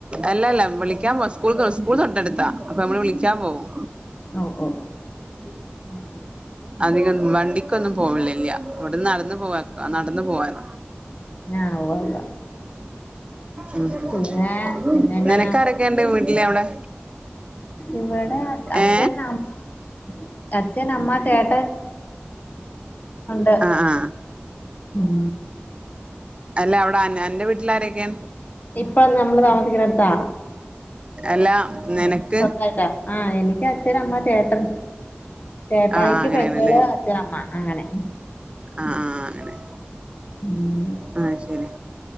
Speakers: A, on the right (about 25°); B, on the left (about 40°).
A: അല്ലല്ല വിളിക്കാൻ പോവാ സ്കൂള് സ്കൂൾ തൊട്ടടുത്താ അപ്പമ്മള് വിളിക്കാൻ പോവും
B: ഓഹ് ഓഹ് ഓഹ് ഉം ഉം
A: അധികം ന്നും വണ്ടിക്കൊന്നും പോവലില്ല ഇവിട്ന്ന് നടന്നു പോവാക്ക നടന്ന് പോവല
B: <unintelligible>
A: ഉം
B: പിന്നെ പിന്നെന്നാ
A: ഉം നിനക്കാരെക്കേണ്ട് വീട്ടില് അവിടെ
B: ഇവടെ അച്ഛൻ
A: ഏ
B: അമ്മ അച്ഛനമ്മ ചേട്ടൻ ഒണ്ട്
A: ആ ആ
B: ഉം
A: അല്ലാ അവിടെ അന്റെ വീട്ടിലാരെക്കെ
B: ഇപ്പം നമ്മള് താമസിക്ക്ണോട്ത്തോ
A: അല്ലാ ന്നെനക്ക്
B: സ്വന്തായിട്ടാ ആഹ് എനിക്ക് അച്ഛന് അമ്മ ചേട്ടൻ ചേട്ടായിക്ക്
A: ആ ആ അങ്ങനെയാണല്ലേ
B: പെങ്ങള് അച്ഛനമ്മ അങ്ങനെ
A: ആഹ് ആഹ് അങ്ങനെ
B: ഉം
A: ആഹ് ശരി.